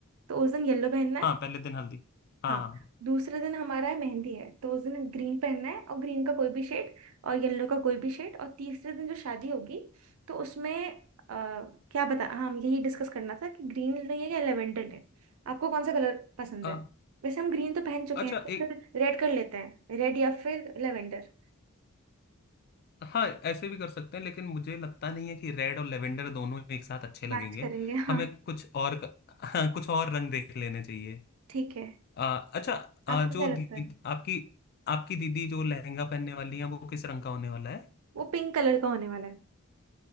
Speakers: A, on the right; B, on the left.
A: तो उस दिन येलो पहनना है
B: हाँ पहले दिन हल्दी हाँ
A: हाँ
B: हाँ
A: दूसरे दिन हमारा है मेहंदी है तो उस दिन ग्रीन पहनना है और ग्रीन का कोई भी शेड और येलो का कोई भी शेड और तीसरे दिन जो शादी होगी तो उसमें अ, क्या बता हाँ हम यही डिस्कस करना था कि ग्रीन लें या लेवेंडर लें आपको कौन सा कलर पसंद
B: अ,
A: है वैसे हम ग्रीन तो पहन चुके
B: अच्छा
A: हैं तो
B: एक
A: फिर रेड कर लेते हैं रेड या फिर लेवेंडर
B: हाँ ऐसे भी कर सकते हैं लेकिन मुझे लगता नहीं है कि रेड और लेवेंडर दोनों एक साथ अच्छे लगेंगे
A: मैच करेंगे
B: हमें
A: हाँ
B: कुछ और क- हाँ, कुछ और रंग देख लेने चाहिए
A: ठीक है
B: अ, अच्छा अ,
A: आपको
B: जो
A: क्या
B: दी,
A: लगता है
B: आपकी आपकी दीदी जो लहंगा पहनने वाली है वो किस रंग का होने वाला है
A: वो पिंक कलर का होने वाला है